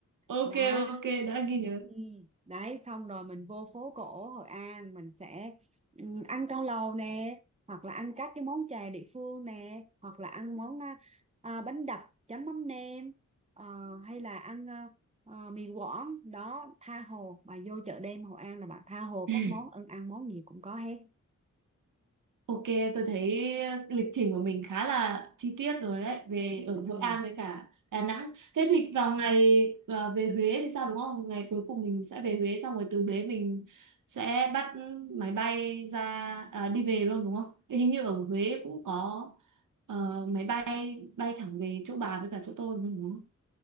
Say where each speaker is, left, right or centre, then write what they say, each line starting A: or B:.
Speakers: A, on the right; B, on the right.
A: Ok
B: đó
A: ok đã ghi nhớ.
B: Ừ. Đấy xong rồi mình vô phố cổ Hội An mình sẽ ừ, ăn cao lầu nè hoặc là ăn các cái món chè địa phương nè hoặc là ăn món à, à, bánh đập chấm mắm nêm ờ, hay là ăn à, à, mì Quảng đó tha hồ bà vô chợ đêm Hội An là bà tha hồ
A: <laughs>
B: các món ăn ăn món gì cũng có hết
A: Ok, tôi thấy lịch trình của mình khá là chi tiết rồi đấy, về ở
B: ừ.
A: Hội An với cả Đà Nẵng. Thế thì vào ngày à, về Huế thì sao đúng không? Ngày cuối cùng mình sẽ về Huế xong rồi từ Huế mình sẽ bắt máy bay ra à, đi về luôn đúng không? Hình như ở Huế cũng có ờ, máy bay bay thẳng về chỗ bà với cả chỗ tôi đúng không?